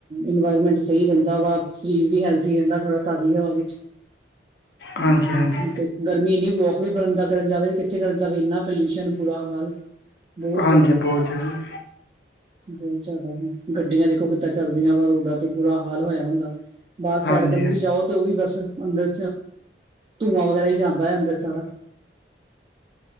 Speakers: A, on the right (about 30°); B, on the left (about 65°).
A: ਇਨਵਾਇਰਮੈਂਟ ਸਹੀ ਰਹਿੰਦਾ ਵਾ, ਸਰੀਰ ਵੀ ਹੈਲਥੀ ਰਹਿੰਦਾ ਥੋੜਾ ਤਾਜ਼ੀ ਹਵਾ ਵਿੱਚ। ਹਮ
B: ਹਾਂਜੀ ਹਾਂਜੀ
A: ਤੇ ਗਰਮੀ ਨੀ ਵੋ ਵੀ ਬਰੰਦਾ ਕਰਨ ਜਾਵੇ ਤੇ ਕਿੱਥੇ ਕਰਨ ਜਾਵੇ? ਇੰਨਾ ਪੋਲਿਊਸ਼ਨ ਬੂਰਾ ਹਾਲ। ਬਹੁਤ
B: ਹਾਂਜੀ
A: ਜ਼ਿਆਦਾ
B: ਬਹੁਤ ਜ਼ਿਆਦਾ।
A: ਬਹੁਤ ਜ਼ਿਆਦਾ ਹ ਗੱਡੀਆਂ ਦੇਖੋ ਕਿੱਦਾਂ ਚੱਲਦੀਆਂ ਵਾ, ਰੋਡਾਂ ਤੇ ਬੁਰਾ ਹਾਲ ਹੋਇਆ ਹੁੰਦਾ। ਬਾਹਰ
B: ਹਾਂਜੀ
A: ਸੈਰ ਕਰਨ
B: ਹਾਂ
A: ਵੀ ਜਾਓ, ਤੇ ਉਹ ਵੀ ਬਸ ਅੰਦਰ ਧੂੰਆਂ ਵਗੈਰਾ ਹੀ ਜਾਂਦਾ ਹੈ ਅੰਦਰ ਸਾਰਾ।